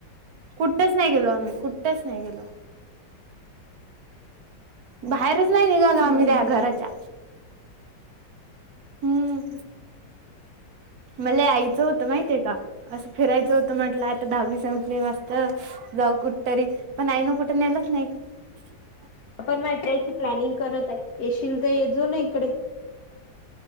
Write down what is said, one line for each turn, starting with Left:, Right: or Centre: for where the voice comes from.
Right: कुठंस नाही गेलो, आम्ही कुठंस नाही गेलो. बाहेरच नाही निघालो आम्ही
Left: हम्म
Right: त्या घराच्या, हं मले यायचं होतं माहितीये का, असं फिरायचं हो म्हटलं आता दहावी संपली मस्त, जाऊ कुठं तरी पण आईन कुठं नेलंच नाही. <unintelligible>
Left: आपण मा याची प्लॅनिंग करत आहे येशील तर येजो ना इकडे.